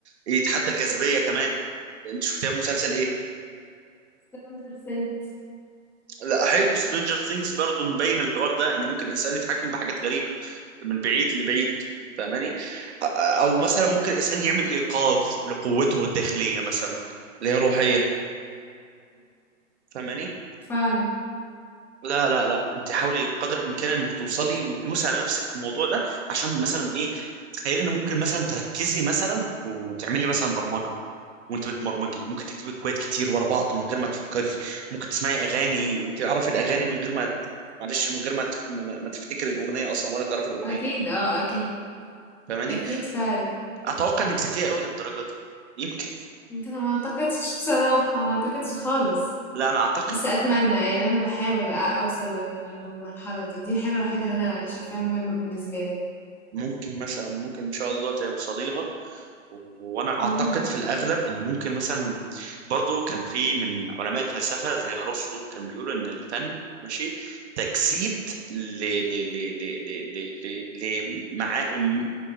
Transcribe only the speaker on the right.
يتحدى الجاذبيه كمان انت شفتها في مسلسل ايه
لا حلو سترينجر ثينجز برضه مبين الحوار ده ان ممكن الانسان يتحكم بحاجات غريبه من بعيد لبعيد فاهماني او مثلا ممكن الانسان يعمل ايقاظ لقوته الداخليه مثلا اللي هي روحيه فاهماني
لا لا لا انت حاولي قدر الامكان انك توصلي وتدوسي على نفسك في الموضوع ده عشان مثلا ايه تخيلي ان ممكن مثلا تركزي مثلا وتعملي مثلا برمجه وانت بتبرمجي ممكن تكتبي كويت كتير ورا بعض من غير ما تفكري ممكن تسمعي اغاني وتعرفي الاغاني من غير ما معلش من غير ما تف... ما ما- ما تفتكري الاغنيه اصلا ولا تعرفي الاغنيه
فاهماني
اتوقع انك ذكيه قوي للدرجه دي يمكن
لا انا اعتقد
ممكن مثلا ممكن ان شاء الله توصليها و- وانا
اعتقد في الاغلب ان ممكن مثلا برضو كان في من علماء الفلسفه زي ارسطو كان بيقولوا ان الفن ماشي تجسيد ل ل ل ل ل ل ل لمعا-